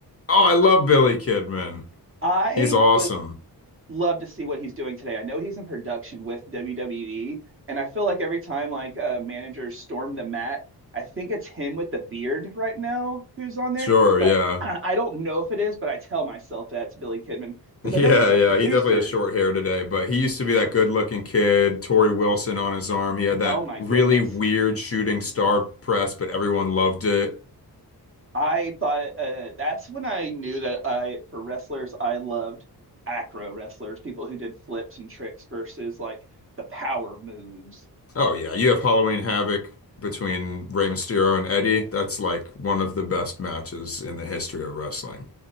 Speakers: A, on the left; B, on the right.
A: Oh, I love Billy Kidman.
B: I
A: He's awesome.
B: would love to see what he's doing today. I know he's in production with WWE, and I feel like every time like uh, managers storm the mat, I think it's him with the beard right now who's on there.
A: Sure,
B: But
A: yeah.
B: <clears throat> I,
A: <laughs>
B: I don't know if it is, but I tell myself that's Billy Kidman because
A: Yeah,
B: I know he's a
A: yeah.
B: producer.
A: He definitely has short hair today, but he used to be that good-looking kid, Tori Wilson on his arm. He had that
B: Oh my
A: really
B: goodness.
A: weird shooting star press, but everyone loved it.
B: I thought uh, that's when I knew that I, for wrestlers, I loved acro wrestlers, people who did flips and tricks versus like the power moves.
A: Oh, yeah. You have Halloween Havoc between Rey Mysterio
B: Oh my
A: and Eddie.
B: goodness.
A: That's like one of the best matches in the history of wrestling.